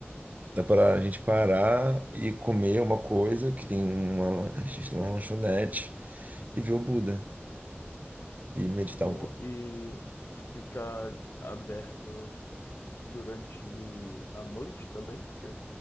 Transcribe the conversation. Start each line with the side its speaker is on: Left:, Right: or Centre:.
Right: Dá para a gente parar e comer uma coisa que tem uma, a gente tem uma lanchonete e ver o Buda e meditar
Left: Boa.
Right: um pouco.
Left: E fica aberto durante a noite também, porque